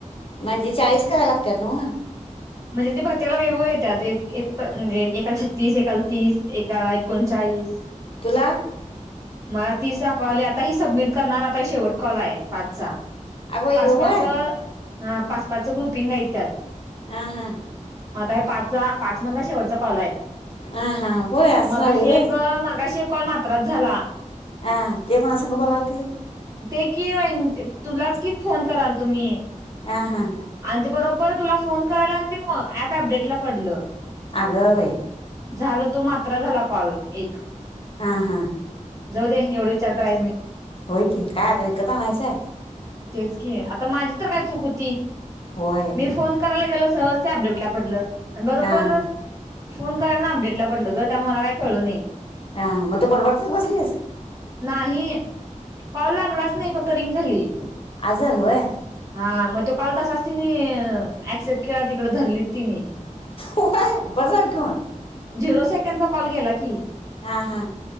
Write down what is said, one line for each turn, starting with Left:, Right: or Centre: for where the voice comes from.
Left: म्हणजे चाळीस कराय लागत्यात नव्हं.
Right: म्हणजे ते प्रत्येकाला वेगवेगळ येतात. म्हणजे एका छत्तीस एकाला तीस. एका एकोणचाळीस. चाळीस.
Left: तुला.
Right: मला तिस दाखवाले आता हे सबमिट करणार. आता शेवट कॉल आहे पाचचा
Left: अगं बाई
Right: पाच
Left: जी बाग
Right: पाच
Left: होय.
Right: हा पाच-पाच च ग्रुपिंग आहेत त्यात.
Left: आ हा.
Right: म आता हे पाच पाच मणला शेवटचा. कॉल आहे
Left: हां हां होय असं
Right: मगाशी
Left: झालंय होय
Right: एक मगाशी कॉल मात्रच झाला.
Left: हां ते कोणासंग बोलाल ते
Right: ते कि <unintelligible> तुलाच कि फोन कराल तुम्ही
Left: हां हां
Right: आणि ते बरोबर तुला फोन करायला ते मग ऍप अपडेटला पडलं.
Left: अग बई.
Right: झाल तो मात्र झाला कॉल एक.
Left: हां हां
Right: जाऊ दे एवढा विचार करायच नाही.
Left: होय की काय आता इकंत आणयचा हे.
Right: तेच की आता माझी तर काय चुक होती.
Left: होय
Right: फोन करायला गेलो सहज त्या अपडेट ला पडलं आणि बरोबर
Left: हां हां
Right: फोन कराय ना, अपडेटला पडलं ग त्यामुळे मला काय कळू नई
Left: हा मग तू बडबडतच बसलीस?
Right: नाही कॉल लागलाच नाही. फक्त रिंग झाली.
Left: आज वय
Right: ह मग तो काल तासच तिने ऍक्सेप्ट केला तिकडे धरली तिनी
Left: व्हय बरं झारखिव
Right: झिरो सेकंडचा कॉल केला की
Left: हा हा.